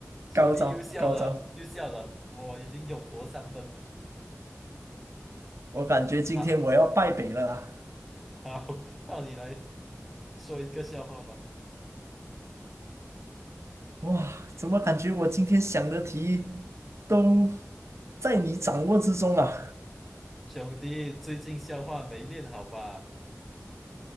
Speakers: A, in the centre; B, on the right (about 60°).
A: 兄弟又笑了，
B: 高招高招！
A: 又笑了，我已经勇夺三分了。
B: 我感觉今天我要败北了啊！
A: 好，好，到你来说一个笑话吧，
B: 哇，怎么感觉我今天想的题都在你掌握之中啊
A: 兄弟，最近笑话没练好吧？